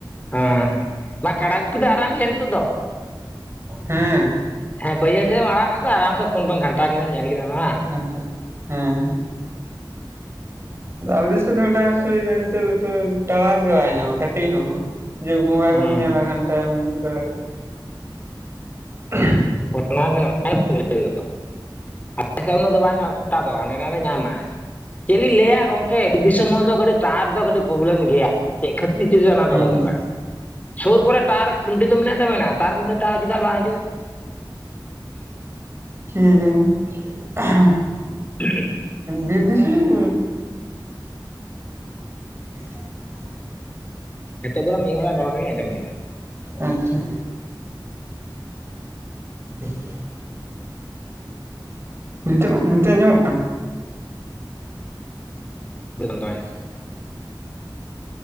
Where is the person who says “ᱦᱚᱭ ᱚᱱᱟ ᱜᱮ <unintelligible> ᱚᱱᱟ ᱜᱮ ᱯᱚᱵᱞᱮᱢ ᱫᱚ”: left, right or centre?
Left